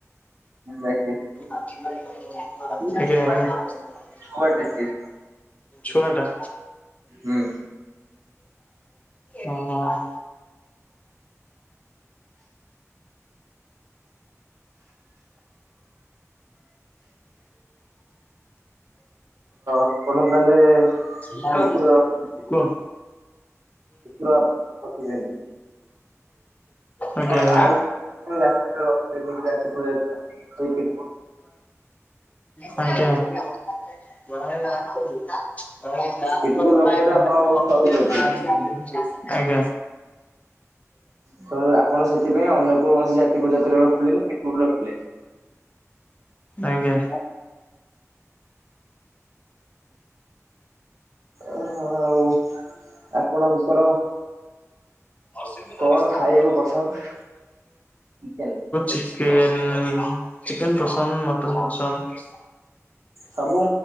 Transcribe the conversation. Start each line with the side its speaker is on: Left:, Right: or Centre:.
Right: ଡାକେ।
Left: ଆଜ୍ଞା
Right: ଇଏ ଛୁଆଟେ
Left: ଆଜ୍ଞା।
Right: ଛୁଆଟେ ସିଏ
Left: ଛୁଆ ଟା
Right: ହୁଁ।
Left: ହଁ ହଁ।
Right: ଭଲ ତାହେଲେ।
Left: କୁହ
Right: କୁକୁର ରଖି
Left: ହୁଁ।
Right: କୁକୁର ରଖିଛନ୍ତି।
Left: ଆଜ୍ଞା
Right: ଆଉ
Left: ଆଜ୍ଞା।
Right: କୋଉ ରାସ୍ତାରେ ରଖିବେନି ଜାତି ସେଇ ପିଠ
Left: ଆଜ୍ଞା। <unintelligible>
Right: ପିଟବୁଲ ରଖିବାରେ ଆପଣଙ୍କ ବହୁତ ସଉକ ଅଛି
Left: ଆଜ୍ଞା।
Right: ତ ଆପଣ ସେଥିପାଇଁ ଅନ୍ୟ କୌଣସି ଜାତି ପ୍ରଜାତିର ରଖିଲେନି ଆକୁ ରଖିଲେ।
Left: ଆଜ୍ଞା।
Right: ଓ ଆଉ ଆପଣଙ୍କର?
Left: ଆଉ କୁହ?
Right: କଣ ଖାଇବାକୁ ପସନ୍ଦ ଚିକେନ
Left: ଚିକେନ ଚିକେନ ପସନ୍ଦ ମଟନ ପସନ୍ଦ।
Right: ସବୁ